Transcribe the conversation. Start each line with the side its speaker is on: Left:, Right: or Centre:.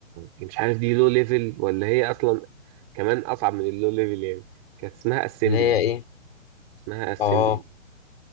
Right: يعني مش عارف دي لو ليفل ولا هي أصلا كمان أصعب من اللو ليفل يعني كانت اسمها أسمبلي
Left: اللي هي ايه
Right: اسمها أسمبلي
Left: اه